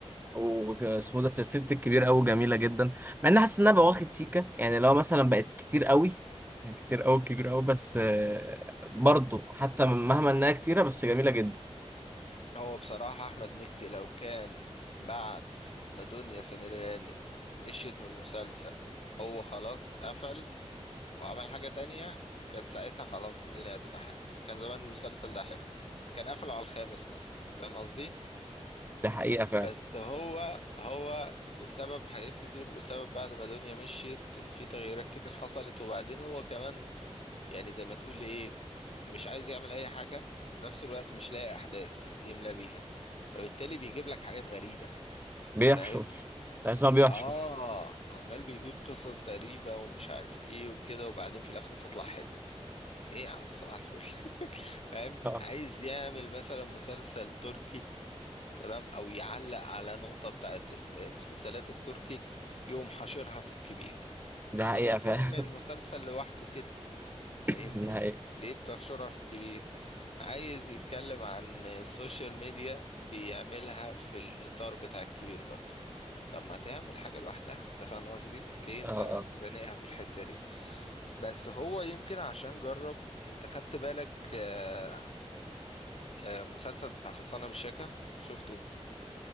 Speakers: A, on the right; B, on the left.
A: واسمه ده سلسله الكبير قوي جميله جدا مع اني حاسس انها بواخد سيكه يعني لو مثلا بقت كتير قوي يعني كتير قوي كبير قوي بس آه برضه حتى مهما انها كتيره بس جميله جدا
B: هو بصراحة أحمد مكي لو كان بعد ما دنيا سمير غانم مشيت من المسلسل هو خلاص قفل وعمل حاجة تانية كان ساعتها خلاص الدنيا هتبقى حلوة كان زمان المسلسل ده حلو كان قفله على الخامس مثلا فاهم قصدي
A: ده حقيقه فعلا
B: بس هو هو بسبب حاجات كتير وبسبب بعد ما دنيا مشيت في تغييرات كتير حصلت وبعدين هو كمان يعني زي ما تقول ايه مش عايز يعمل اي حاجة وفي نفس الوقت مش لاقي احداث يملى بيها فبالتالي بيجيب لك حاجات غريبة
A: بيحشر
B: فاهم
A: تحس إن هو بيحشر
B: اه عمال بيجيب قصص غريبة ومش عارف ايه وكده وبعدين في الاخر تطلع حلو ايه يا عم صباح الفل <laughs> فاهم
A: اه
B: عايز يعمل مثلا مسلسل تركي تمام او يعلق على نقطة بتاعت ال- المسلسلات التركي يقوم حاشرها في الكبير
A: ده حقيقه
B: طب ما تعمل
A: فعلا
B: مسلسل لوحده كده
A: <laughs>
B: فاهمني
A: ده حقيقه
B: ليه بتحشرها في الكبير عايز يتكلم عن السوشيال ميديا بيعملها في الإطار بتاع الكبير برضه طب ما تعمل حاجة لوحدها انت فاهم قصدي ليه انت
A: اه اه
B: زانقها في الحتة دي بس هو يمكن عشان جرب انت خدت بالك آه، آه، مسلسل بتاع خلصانة بالشيكة شفته